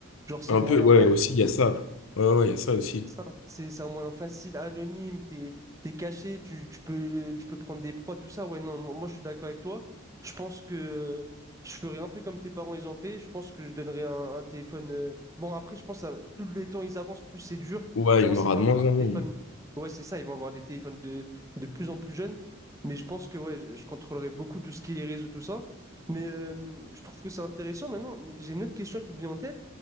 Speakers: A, on the right; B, on the left.
A: Genre, c'est
B: Un
A: le moyen
B: peu, ouais, aussi, il y a ça. Ouais, ouais, il y a ça aussi.
A: ça. C'est c'est un moyen facile, anonyme, t'es, t'es caché, tu, tu peux, tu peux prendre des proies, tout ça. Ouais, non, moi, moi, je suis d'accord avec toi. Je pense que je ferais un peu comme tes parents, ils ont fait. Je pense que je donnerais un, un téléphone. euh, Bon, après, je pense que ça plus les temps ils avancent, plus c'est dur.
B: Ouais,
A: Je
B: il
A: pense
B: y en aura
A: qu'ils vont
B: de
A: avoir
B: moins en moins.
A: des téléphones.
B: mais-
A: Ouais, c'est ça, ils vont avoir des téléphones de, de plus en plus jeunes. Mais je pense que ouais, je, je contrôlerai beaucoup tout ce qui est réseau, tout ça. Mais euh, je trouve que c'est intéressant maintenant. Mais j'ai une autre question qui me vient en tête.